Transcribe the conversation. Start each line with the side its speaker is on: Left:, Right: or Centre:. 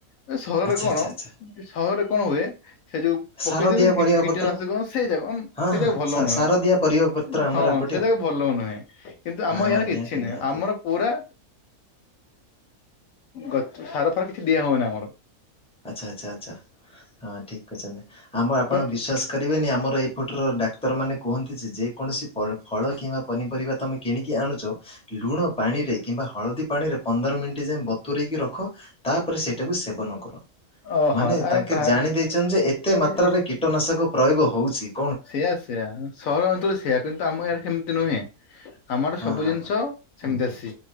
Left: ଏ ସହରରେ
Centre: ଆଚ୍ଛା
Left: କଣ
Centre: ଆଚ୍ଛା ଆଚ୍ଛା
Left: ସହରରେ କଣ ହୁଏ ସେ ଯୋଉ ପକେଇ
Centre: ସାରଦିଆ
Left: ଦିଅନ୍ତିନି
Centre: ପରିବା
Left: କୀଟନାଶକ
Centre: ପତ୍ର
Left: ସେଇ ଯାକ
Centre: ହଁ
Left: ସେଇ
Centre: ହଁ
Left: ଯାକ ଭଲ ନୁହେଁ
Centre: ସାରଦିଆ ପରିବା ପତ୍ର ଆମର
Left: ହଁ
Centre: ଏପଟେ
Left: ସେ
Centre: ଆଉ
Left: ଯାକ ଭଲ ନୁହେଁ। କିନ୍ତୁ
Centre: ହଁ
Left: ଆମ ଇଆଡେ
Centre: ନିହାତି
Left: କିଛି ନାହିଁ
Centre: ନିହାତି
Left: ଆମର ପୁରା ଗଛ ସାର ଫାର କିଛି ଦିଆ ହଏନା ଆମର
Centre: ଆଚ୍ଛା ଆଚ୍ଛା ଆଚ୍ଛା ହଁ ଠିକ୍ କହିଚନ୍ତି ଆମର ଆପଣ
Left: ତ
Centre: ବିଶ୍ବାସ କରିବେନି ଆମର ଏଇପଟର ଡା କ୍ତର ମାନ କୁହନ୍ତି ଯେ ଯେକୌଣସି ଫଳ କିମ୍ବା ପନିପରିବା ତମେ କିଣିକି ଆଣୁଚ ଲୁଣ ପାଣିରେ କିମ୍ବା ହଳଦୀ ପାଣିରେ ପନ୍ଦର ମିନିଟ ଯାଏ ବତୁରେଇକି ରଖ ତାପରେ ସେଇଟାକୁ ସେବନ କର।
Left: ଓହୋ
Centre: ମାନେ
Left: ଆଉ
Centre: ତାଙ୍କେ
Left: ତା
Centre: ଜାଣି ଦେଇଚନ୍ତି ଯେ ଏତେ
Left: ଇଏ
Centre: ମାତ୍ରାରେ କୀଟନାଶକ ପ୍ରୟୋଗ ହଉଚି।
Left: ସେୟା ସେୟା ସହର ଅଞ୍ଚଳ ସେୟା କିନ୍ତୁ ଆମ ଇଆଡେ ସେମିତି ନୁହେଁ ଆମ ଆଡେ
Centre: ହଁ
Left: ସବୁ
Centre: ହଁ
Left: ଜିନିଷ
Centre: ହଁ
Left: ସେମିତି ଆସି